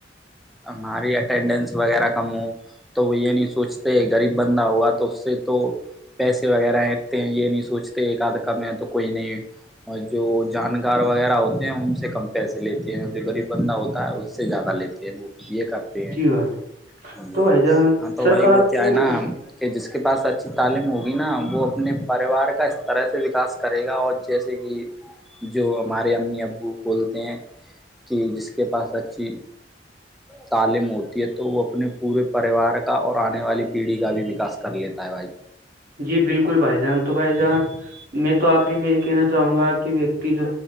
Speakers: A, in the centre; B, on the right.
A: ہماری اٹینڈینس وغیرہ کمو تو وہ یہ نہیں سوچتے غریب بندہ ہوگا تو اس سے تو پیسے وغیرہ اینھتے ہیں یہ نہیں سوچتے ایک آدھ کم تو کوئی نہیں اور جو جانکار وغیرہ ہوتے ہیں ان سے کم پیسے لیتے ہیں جو غریب بندہ ہوتا ہے اس سے زیادہ لیتے ہیں وہ یہ کرتے
B: جی بھائی
A: جی
B: تو بھائی جان
A: ہاں تو
B: سرکار
A: بھائی وہ کیا
B: کو
A: ہے نا کہ جس کے پاس اچھی تعلیم ہوگی نا وہ اپنے پریوار کا اس طرح سے وکاس کرے گا اور جیسے کہ جو ہمارے امی ابو بولتے ہیں کہ جس کے پاس اچھی تعلیم ہوتی ہے تو وہ اپنے پورے پریوار کا اور آنے والی پیڑھی کا بھی وکاس کر لیتا ہے بھائی
B: جی بالکل بھائی جان تو بھائی جان میں تو آخری میں یہ کہنا چاہوں گا کہ ویکتی جو